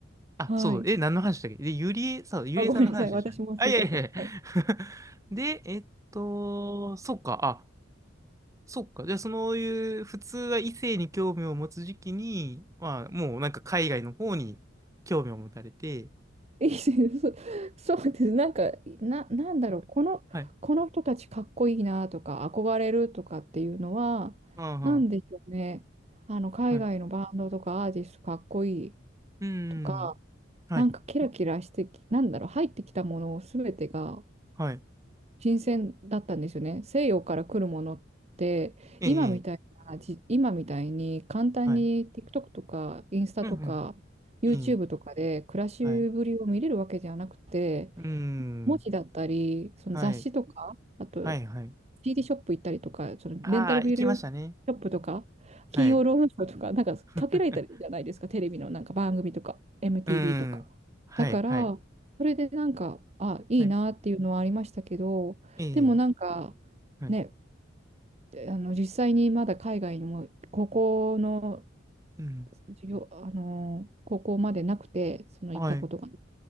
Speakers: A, on the right (about 15°); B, on the right (about 35°).
A: あ、
B: はい。
A: そう、え、何の話だっけで、ゆりえ、そう、ゆりえさんの話でしたね。
B: あ、ごめんなさい。私も忘れちゃった。
A: あ、いやいやいや。
B: はい
A: <laughs> で、えっと、そっか、あ、そっか。じゃあ、そういう、普通は異性に興味を持つ時期に、まあ、もうなんか海外の方に興味を持たれて、
B: いいし <laughs> そそうです。なんか、な、なんだろう。この、
A: はい。
B: この人たちかっこいいなとか、憧れるとかっていうのは、
A: あ
B: なんでしょうね。あの、海外のバンドとかアーティストかっこいい
A: あ、はい。うーん。
B: とか、
A: はい。
B: なんかキラキラしてき、なんだろう、入ってきたものすべてが
A: はい。
B: 新鮮だったんですよね。西洋から来るものって、
A: ええ、
B: 今みたいな、
A: ええ
B: じ、今みたいに簡単に
A: はい。
B: TikTok とかインスタとか
A: うん、うん。
B: YouTube
A: ええ、
B: とかで暮らしぶりを見れるわけじゃなくて、
A: はい。うーん。
B: 文字だったり、その雑誌とか、
A: はい。
B: あと
A: はい、はい。
B: CD ショップ行ったりとか、そのレンタルビデオショップとか、
A: ああ、行きましたね。
B: 金曜ロードショーとか、
A: はい。
B: なんかかけられたりじゃないですか、
A: <laughs>
B: テレビのなんか番組とか、MTV
A: うーん。
B: とか。
A: はい、
B: だから、
A: はい。
B: それでなんか、あ、いいなっていうのはありましたけど、
A: はいええ、
B: でもなんか、
A: はい。
B: ね、あの実際にまだ海外にも高校の
A: うん。
B: 授業、あの高校までなくて、その行ったことがね。
A: はい。うん、